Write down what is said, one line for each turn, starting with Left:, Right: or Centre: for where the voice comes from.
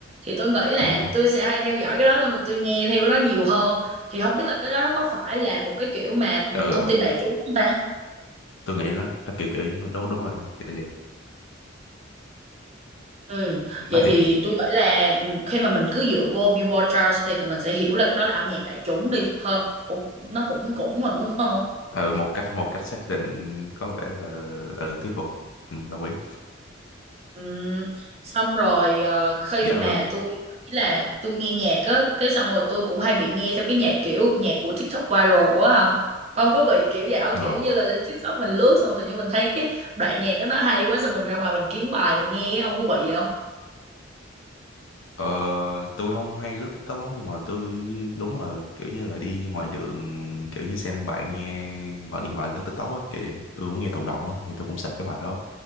Right: thì tôi nghĩ là
Left: ừ
Right: tôi sẽ hay theo dõi cái đó xong rồi tôi nghe theo cái đó nhiều hơn thì không biết là cái đó nó có phải là một cái kiểu mà ừ,
Left: ừ,
Right: thông
Left: ừ.
Right: tin đại chúng không ta
Left: tôi nghĩ nó nó kiểu kiểu đúng đúng rồi kiểu vậy
Right: ừ. vậy
Left: nó thì
Right: thì
Left: thì-
Right: tôi nghĩ là ừ, khi mà mình cứ dựa vô Billboard Charts thì tụi mình sẽ hiểu là cái đó là âm nhạc đại chúng đi ha Ủa, nó cũng cũng mà đúng không
Left: ờ, một cách một cách xác định có vẻ là ừ, thuyết phục ừ, đồng ý
Right: Ừm, xong rồi ờ, khi
Left: dạo
Right: mà
Left: gần
Right: tôi nghĩ là tôi nghe nhạc á cái xong rồi tôi cũng hay bị nghe theo cái nhạc kiểu nhạc của TikTok viral á không không có bị kiểu vậy không
Left: ờ
Right: kiểu như là lên TikTok mình lướt xong tự nhiên mình thấy cái đoạn nhạc đó nó hay quá xong mình ra ngoài mình kiếm bài mình nghe không có bị vậy
Left: Ờ, tôi không hay lướt TikTok lắm nhưng mà tôi đúng là kiểu như là đi ngoài đường kiểu như xem bạn nghe bạn điện thoại lướt TikTok á thì tôi cũng nghe thụ động á thì tôi cũng sạch cái bài đó